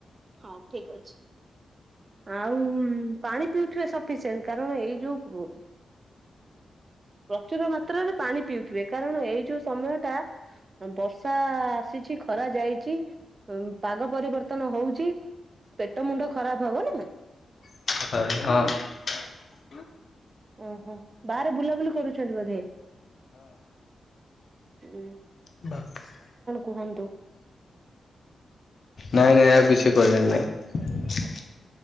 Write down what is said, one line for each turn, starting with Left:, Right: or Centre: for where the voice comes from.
Right: ହଁ ଠିକ ଅଛି। ଆଉ ପାଣି ପିଉଥିବେ ସଫିସିଏଣ୍ଟ କାରଣ ଏଇ ଯୋଉ ପ୍ରଚୁର ମାତ୍ରରେ ପାଣି ପିଉଥିବେ କାରଣ ଏଇ ଯୋଉ ସମୟ ଟା ବର୍ଷା ଆସିଛି ଖରା ଯାଇଛି ପାଗ ପରିବର୍ତ୍ତ ବର୍ତ୍ତନ ହଉଛି ପେଟ ମୁଣ୍ଡ ଖରାପ ହବନା ।
Left: <inaudible>
Right: ଓହୋ ବାହାରେ ବୁଲାବୁଲି କରୁଛନ୍ତି ବୋଧେ? ହୁଁ।
Left: ବାସ୍
Right: କୁହନ୍ତୁ।
Left: ନାଇ ନାଇ ଆଉ କିଛି କହିବାର ନାହିଁ ।